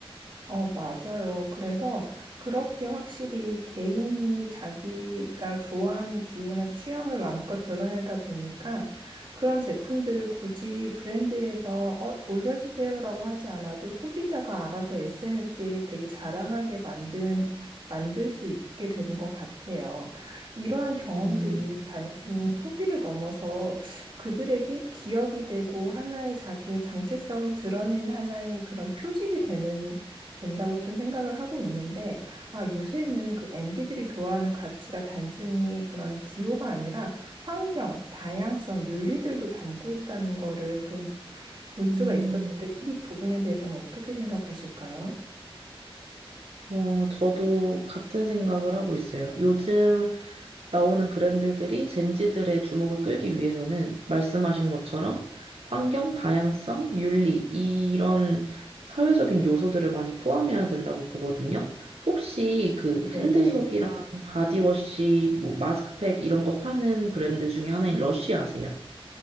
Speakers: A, on the right; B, on the right.
A: 어, 맞아요. 그래서 그렇게 확실히 개인이 자기가 좋아하는 기호나 취향을 마음껏 드러내다 보니까 그런 제품들을 굳이 브랜드에서 어, 올려주세요라고 하지 않아도 소비자가 알아서 SNS에 되게 자랑하게 만든, 만들 수 있게 되는 것 같아요. 이러한 경험들이
B: 음,
A: 단순히 소비를 넘어서 그들에게 기억이 되고 하나의 자기의 정체성을 드러낸 하나의 그런 표식이 되는 된다고 좀 생각을 하고 있는데, 아, 요새는 그 MZ들이 좋아하는 가치가 단순히 그런 기호가 아니라 환경, 다양성, 윤리들도 담고 있다는 거를 좀 볼
B: 음,
A: 수가 있었는데, 이 부분에 대해서는 어떻게 생각하실까요?
B: 어, 저도 같은 생각을 하고 있어요. 요즘 나오는 브랜드들이 젠지들의 주목을 끌기 위해서는 말씀하신 것처럼 환경, 다양성, 윤리, 이런 사회적인 요소들을 많이 포함해야 된다고 보거든요. 혹시 그 핸드
A: 네네.
B: 소비랑 바디워시, 뭐 마스크팩 이런 거 파는 브랜드 중에 하나인 러쉬 아세요?